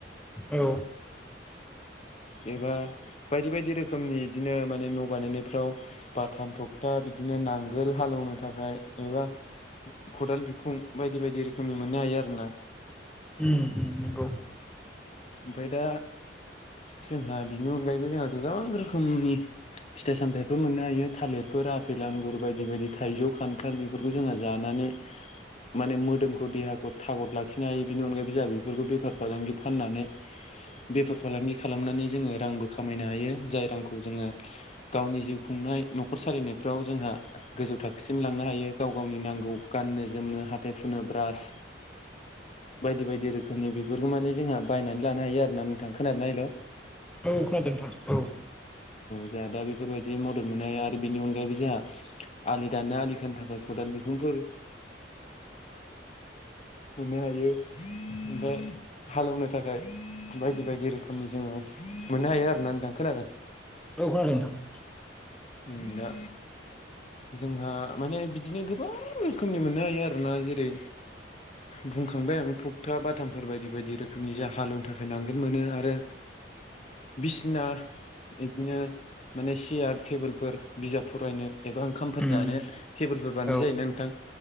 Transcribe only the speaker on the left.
एबा बायदि बायदि रोखोमनि इदिनो माने न' बानायनायफ्राव बाथाम थगथा बि दिनो नांगोल हालौवनो थाखाय एबा खदाल बिखुं बायदि बायदि रोखोमनि मोननो हायो आरोना।
ओमफाय दा जोंहा बिनि अनगायैबो जोङा गोबां रोखोमनि फिथाइ सामथाइफोर मोननो हायो थालिरफोर आफेल आंगुर बायदि बायदि थाइजौ खान थाल बेफोरखौ जोङा जानानै माने मोदोमखौ देहाखौ थाग'द लाखिनो हायो। बेनि अनगायै जोआ बिफोरखौ बेफार फालांगि फाननानै बेफार फालांगि खालामनानै जोङो रांबो खामायनो हायो जाय रांखौ जोङो गावनि जिउ खुं नाय न'खर सालायनायफ्राव जोंहा गोजौ थाखोसिम लां नो हायो‌ गाव गावनि नांगौ गाननो जोमनो हाथाय हुनो ब्रास बायदि बायदि रोखोमनि बेफोरखौ माने जोंहा बायनानै लानो हायो आरोना नोंथां। खोनादोना हेल'
आ दा बेफोरबायदि मदद मोननो आरो बिनि अनगायैबो जोहा आलि दाननो आलि खोनो थाखाय खदाल बिखुंफोर मोननो हायो। ओमफाय हालौनो थाखाय बायदि बायदि रोखोमनि जोङो मोननो हायो आरोना नोंथां खोनादों
ओं दा जोंहा माने बिदिनो गोबां रोखोमनि मोननो हायो आरोना जेरै बुंखांबाय आं थखथा बाथामफोर बायदि बायदि रोखोमनि जा हालेवनो थाखाय नांगोल मोनो आरो बिसना बिदिनो माने सियार टेबोलफोर बिजाब फरायनो एबा ओंखामफोर
जानो टेबोलफोर बानायनाय
जायोना नोंथां